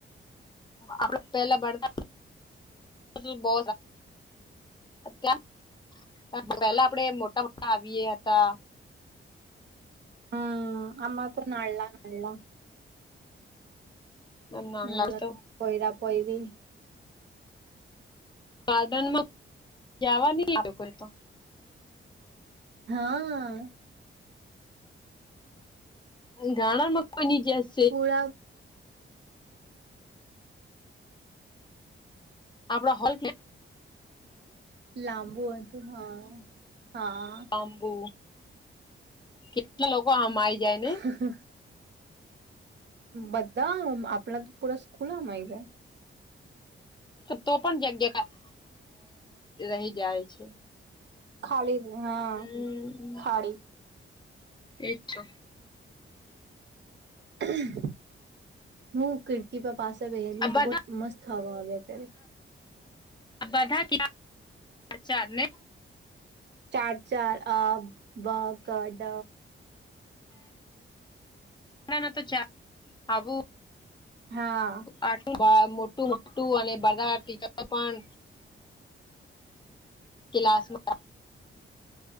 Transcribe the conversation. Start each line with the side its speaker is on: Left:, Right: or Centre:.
Left: આપડે પેલા ભણતા બો ત્યાં પહેલા આપડે મોટા મોટા આવીએ હતા.
Right: હમ અમ્મા તો નલા <unintelligible> લા,
Left: એમ નાના
Right: ના લ
Left: તો
Right: પોયરા પોય રી,
Left: ગાર્ડનમાં જવા નહી આવ્યો કોઈ તો,
Right: હા,
Left: ઘાણા મ કોઈ ની જય સ,
Right: પુળા,
Left: આપડા હોલ ને,
Right: લાંબુ હતું હા હા,
Left: બાંબુ, કેટલા લોકો આમ આવી જાય ને,
Right: હ હ, બધા આપણા તો પૂરા સ્કૂલમાંય જાય.
Left: તો પણ જગ્યા ખ અ રહી જાય છે.
Right: ખાલી હા
Left: હમ
Right: ખાળી,
Left: એ તો,
Right: <unintelligible> મૂક, કે પાસે વેલું છે
Left: બધા
Right: બહુત મસ્ત હવા આવ્યા કર.
Left: બધા ક્યા, ચાલે,
Right: ચાર ચાર અ બ ક ડ,
Left: ના ના તો ચા આવું,
Right: હા.
Left: આ મોટું મોટું અને બધા ટીચ પણ, ક્લાસમાં હતા.